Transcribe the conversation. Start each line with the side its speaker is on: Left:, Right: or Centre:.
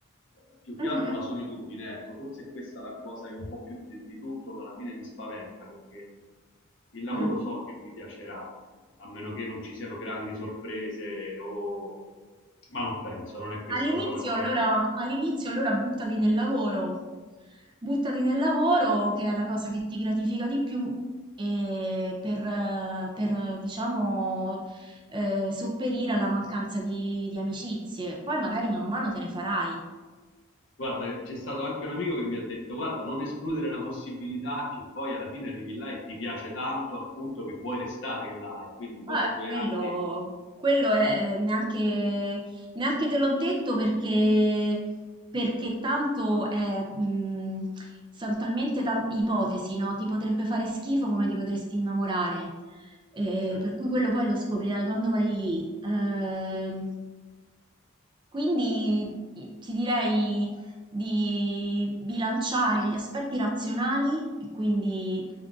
Left: Eh, Più che
Right: Mhm,
Left: altro la solitudine, ecco, forse è questa è la cosa che un po' più di, di tutto alla fine mi spaventa perché il lavoro
Right: mm.
Left: so che mi piacerà, a meno che non ci siano grandi sorprese o... ma non penso, non è questa
Right: All'inizio
Left: proprio l'azienda.
Right: allora, all'inizio allora buttati nel lavoro, buttati nel lavoro che è la cosa che ti gratifica di più e per, eh, per, diciamo eh, sopperire alla mancanza di, di amicizie. Poi magari mano a mano te ne farai.
Left: Guarda, c'è stato anche un amico che mi ha detto, guarda, non escludere la possibilità che poi alla fine arrivi là e ti piace tanto al punto che vuoi restare là e quindi
Right: Ma
Left: dopo i due
Right: quello,
Left: anni,
Right: quello è, è- neanche, neanche te l'ho detto perché, perché tanto è, mh, sono talmente tante ipotesi, no? Ti potrebbe fare schifo come ti potresti innamorare. Eh,
Left: cioè,
Right: per cui quello poi lo scoprirai quando vai lì. Ehm, Quindi i- ti direi di bilanciare gli aspetti razionali e quindi